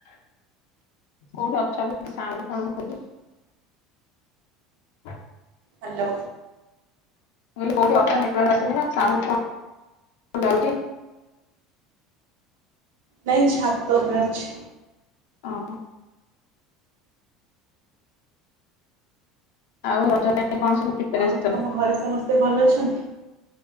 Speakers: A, on the left; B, on the right.
A: କୋଉଠି ଅଛ ବ ସାଉଣ୍ଡ କଣ ହଉଚି? ହ
B: ହଲୋ
A: କହିଲ କେଉଁଠି ନେଟୱାର୍କ ଆସୁନି ନା ସାଉଣ୍ଡ କଣ ଯାଉଛି।
B: ନାଇଁ ଛାତ ଉପରେ ଅଛି।
A: ଓହ। ଆଉ ରଜ ପାଇଁ କଣ ସବୁ ପ୍ରିପାରେସନ
B: ଆଉ ତମ ଘରେ ସମସ୍ତେ ଭଲ ଅଛନ୍ତି?